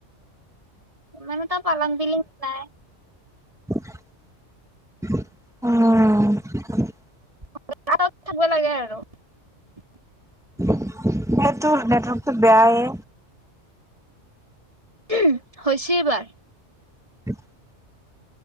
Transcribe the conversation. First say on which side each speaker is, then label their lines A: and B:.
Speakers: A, on the right (about 30°); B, in the centre.
A: মানে তাৰ পালং বিলিং নাই
B: বুজি পোৱা নাই ভইচতো অ বুজি পোৱা নাই ভইচতো
A: বুজি পোৱা নাই ভইচতো থাকিব লাগে আৰু
B: সেইটোৰ নেটৱৰ্কটো বেয়াই
A: উম হৈছে এইবাৰ
B: <inaudible>